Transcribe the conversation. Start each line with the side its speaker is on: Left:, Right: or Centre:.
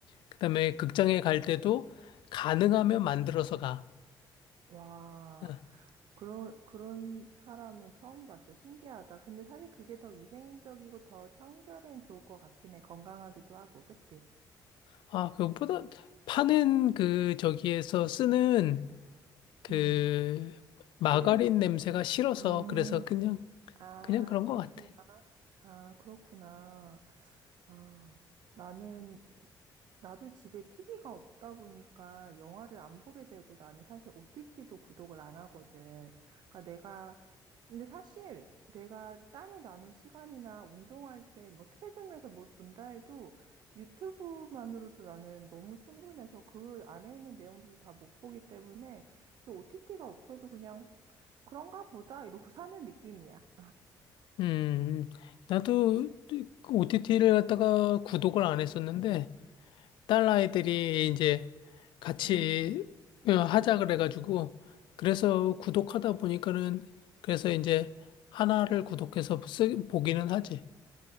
Left: 그다음에 극장에 갈 때도 가능하면 만들어서 가.
Right: 와,
Left: 어.
Right: 그런, 그런 사람은 처음 봤어. 신기하다. 근데 사실 그게 더 위생적이고 더 청결엔 좋을 것 같긴 해. 건강하기도 하고, 그치?
Left: 아, 그것보다 파는 그 저기에서 쓰는 그
Right: 음,
Left: 마가린
Right: 기름?
Left: 냄새가 싫어서
Right: 음,
Left: 그래서 그냥,
Right: 아,
Left: 그냥 그런
Right: 그렇구나.
Left: 것 같아.
Right: 아, 그렇구나. 아, 나는 나도 집에 TV가 없다 보니까 영화를 안 보게 되고 나는 사실 OTT도 구독을 안 하거든. 그러니까 내가 근데 사실 내가 짬이 나는 시간이나 운동할 때 뭐 트레드밀에서 뭘 본다 해도 유튜브만으로도 나는 너무 충분해서 그 안에 있는 내용들도 다 못 보기 때문에 그래서 OTT가 없어도 그냥 그런가 보다 이러고 <laughs> 사는 느낌이야.
Left: 음, 음. 나도 OTT를 갖다가 구독을 안 했었는데, 딸아이들이 이제 같이
Right: 음.
Left: 어, 하자 그래가지고 그래서 구독하다 보니까는 그래서 이제 하나를 구독해서 쓰, 보기는 하지.